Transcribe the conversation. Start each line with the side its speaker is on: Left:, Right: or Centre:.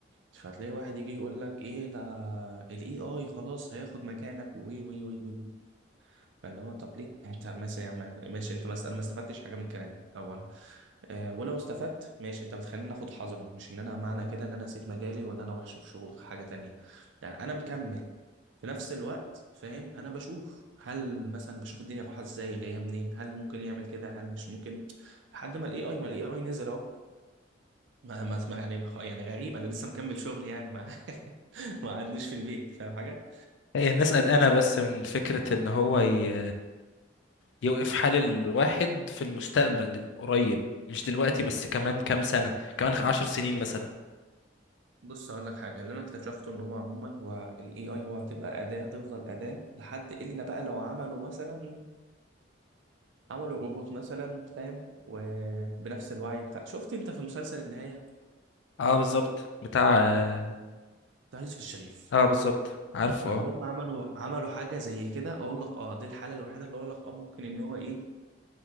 Right: فتلاقي واحد يجي يقول لك إيه ده ال AI خلاص هياخد مكانك وي وي وي وي فاللي هو طب ليه انت مثلا يا عم ماشي انت مثلا انا ما استفدتش حاجه من كلامك اولا آه ولو استفدت ماشي انت بتخليني اخد حذري مش ان انا معنى كده ان انا اسيب مجالي وان انا وحش في شغل حاجه تانية لا انا مكمل في نفس الوقت فاهم انا بشوف هل مثلا بشوف الدنيا رايحه ازاي جايه منين هل ممكن يعمل كده هل مش ممكن لحد ما الاي اي ما الاي اي نزل اهو ما ما ما- يعني يعني غريب انا لسه مكمل شغل يعني ما <laughs> ما قعدنيش في البيت فاهم حاجه
Left: هي الناس قلقانه بس من فكره ان هو ي... يوقف حال الواحد في المستقبل القريب مش دلوقتي بس كمان كام سنة كمان عشر سنين مثلا
Right: بص اقول لك حاجه اللي انا اكتشفته ان هو عموما هو الاي اي هو هتبقى اداه هتفضل اداه لحد الا بقى لو عملوا مثلا عملوا روبوت مثلا فاهم وبنفس الوعي بتاع شفت انت في مسلسل النهايه
Left: اه بالظبط بتاع اه
Right: بتاع يوسف الشريف
Left: آه، بالظبط عارفه
Right: لو
Left: اه
Right: هم عملوا عملوا حاجه زي كده اقول لك اه دي الحاله الوحيده اللي اقول لك اه ممكن ان هو ايه